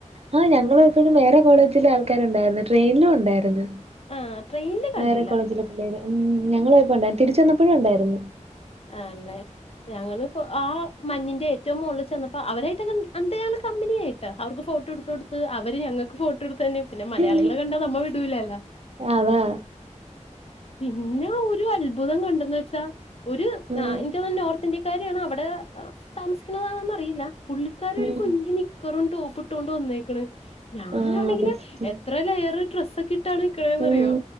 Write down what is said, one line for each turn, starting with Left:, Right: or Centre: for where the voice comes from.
Right: ആ ഞങ്ങളൾ എപ്പോഴും വേറെ കോളേജിലെ ആൾക്കാരുണ്ടായിരുന്നു ട്രെയിനിലും ഉണ്ടായിരുന്നു
Left: ആഹ് ട്രെയിനില് കണ്ടില്ല
Right: വേറെ കോളേജിലെ പിള്ളേര് ഉ ഞങ്ങയപ്പോ ഉണ്ടായിരുന്നു തിരിച്ച വന്നപ്പോഴും ഉണ്ടായിരുന്നു
Left: ആണ്ല്ലേ ഞങ്ങള് പ്പൊ ആ മഞ്ഞിന്റെ ഏറ്റവും മള്ളിൽ ചെന്നപ്പോ അവരായിട്ടൊക്കെ എന്ത കമ്പനിയായി ട്ട അവർക്ക് ഫോട്ടോ എടുത്ത കൊടുത്ത് അവര് ഞങ്ങൾക്ക് ഫോട്ടോ എടുത്ത്തന്ന് പിന്നെ
Right: ആഹ്
Left: മലയാളികളെ കണ്ടാ നമ്മ വിടൂലല്ലോ
Right: അതാ
Left: പിന്നെ ഒരു അത്ഭുതം കണ്ടന്ന് വെച്ചാ ഒരു
Right: ഉം
Left: എനിക്കത നോർത്ത് ഇന്ത്യക്കാരാണ് അവിടെ താമസിക്കുന്നതാണന്ന അറിയില്ല പുള്ളി ക്കാരി
Right: ഉം
Left: ഒരു കുഞ്ഞന് നിക്കറും ടോപ്പിട്ടൊണ്ട് വന്നേക്കണ് ഞാനാണെങ്കില്
Right: ആഹ് ബെസ്റ്റ്
Left: എത്ര ലേയറ് ഡ്രസ്സൊക്കെ ഇട്ടാണ്ക്കളന്ന്റിയോ
Right: ഉം